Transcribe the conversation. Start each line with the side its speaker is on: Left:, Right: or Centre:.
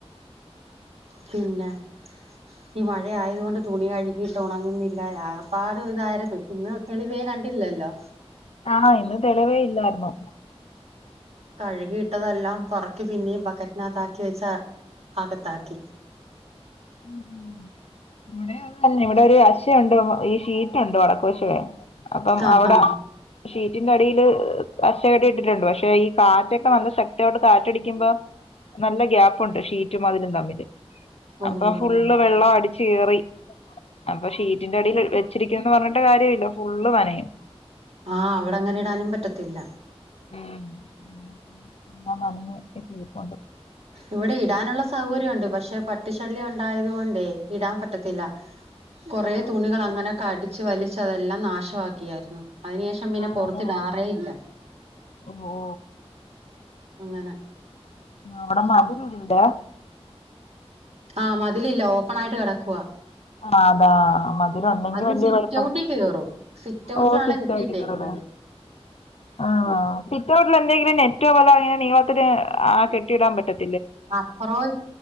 Right: പിന്നെ
Left: <unintelligible>
Right: ഈ മഴ ആയത കൊണ്ട് തുണി കഴുകിട്ട് ഉണങ്ങുന്നില്ല ആകെപ്പാട് ഇതായിരുന്നു ഇന്ന്.. തെളിവേ കണ്ടില്ലല്ലോ.
Left: ആഹ്, ഇന്ന് തെളിവേ ഇല്ലായിരുന്നു.
Right: കഴുകിയിട്ടതെല്ലാം പൊറക്കി പിന്നിം ബക്കറ്റ്നകത്ത ആാക്കി വെച്ച അകത്താക്കി.
Left: <inaudible> ഇവടെ <unintelligible> ഇവടെ ഒരു അശ്ശയണ്ട് ഈ ഷീറ്റുണ്ട് വടക്കോശേ അപ്പം
Right: ആഹ്
Left: അവടെ
Right: ആഹ്
Left: ഷീറ്റിന്റെ അടിയില് അശടി ഇട്ടിട്ടുണ്ട് പക്ഷെ ഈ കാറ്റൊക്കെ നല്ല ശക്തയിട്ട് കാറ്റടിക്കുമ്പോ നല്ല ഗ്യാപ്പുണ്ട് ഷീറ്റും മതിലും തമ്മില്.
Right: ഓഹ്
Left: അപ്പൊ ഫുള്ള് വെള്ളം അടിച്ച് കേറി അപ്പൊ ഷീറ്റിന്റെ അടിയിൽ വെച്ചിരിക്കുന്നന്ന് പറഞ്ഞി <unintelligible> ര്യില്ല ഫുള്ള് നനയും.
Right: ആഹ്, അവടെ അങ്ങനെ ഇടാനും പറ്റത്തില്ല.
Left: <unintelligible>
Right: ഇവടെ ഇടാനുള്ള സൗകര്യണ്ട്. പക്ഷെ പട്ടി ശല്യം ഉണ്ടായത് കൊണ്ടേ ഇടാൻ പറ്റത്തില്ല.
Left: <inaudible>
Right: കൊറേ
Left: ആഹ്
Right: തുണികൾ അങ്ങനെൊക്കെ കടിച്ച് വലിച്ച് അതെല്ലാം നാശാക്കിയാരുന്നു അയ്നു ശേഷം <unintelligible>
Left: ആണല്ലേ
Right: പൊറത്തിടാറേ ഇല്ല.
Left: ഓ ഓ
Right: അങ്ങനെ.
Left: അവടെ മതിലി <unintelligible>
Right: ആഹ് മതിലില്ല ഓപ്പനായിട്ട് കടക്കുവ.
Left: ആഹ് അതാ മധുരം ഉണ്ടെങ്കി
Right: അത്
Left: വലിയ
Right: സിറ്റൗട്ടിൽ
Left: കൊഴപ്പം
Right: കേറും സിറ്റൗട്ടിലാണ്
Left: ഓ സിറ്റ
Right: കെട്ടിയിട്ടേക്കുന്നത്
Left: <unintelligible> ആഹ്, സിറ്റ്ഔട്ടിൽ എന്തെങ്കിലും നെറ്റൊ പോല അങ്ങനെ നീളത്തിന് ആ കെട്ടി ഇടാൻ പറ്റത്ത്
Right: അത്രറോയ്